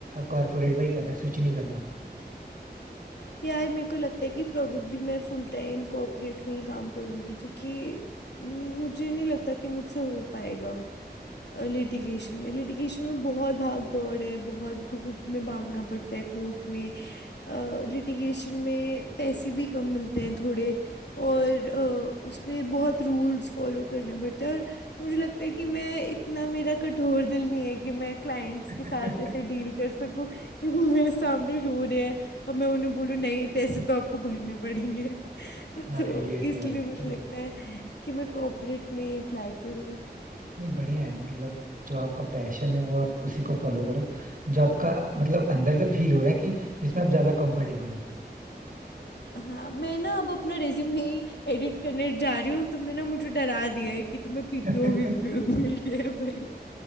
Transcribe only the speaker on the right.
कॉर्पोरेट में ही करना है स्विच नहीं करना
<laughs>
हाँ
ये तो
है
ठीक
है
नहीं बढ़िया है मतलब जो आपका पैशन है वो आप उसी को फॉलो करो जो आपका मतलब अंदर से फील हो रहा है कि जिसमें आप ज्यादा कंफर्टेबल हो
<laughs>